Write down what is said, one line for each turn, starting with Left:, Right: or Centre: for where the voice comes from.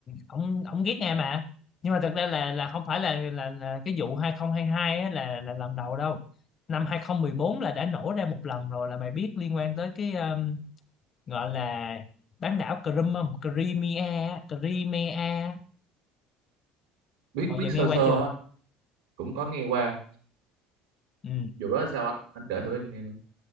Left: ổng ổng ghét Nga mà nhưng mà thật ra là là không phải là là, là cái vụ 2022 á, là là lần đầu đâu năm 2014 là đã nổ ra một lần rồi là mày biết liên quan tới cái um, gọi là bán đảo Crimea Crimea Crimea
Right: biết
Left: hồi
Right: biết
Left: giờ nghe
Right: sơ
Left: qua
Right: sơ
Left: chưa
Right: á cũng có nghe qua
Left: ừ
Right: vụ đó là sao anh anh kể thử em nghe nữa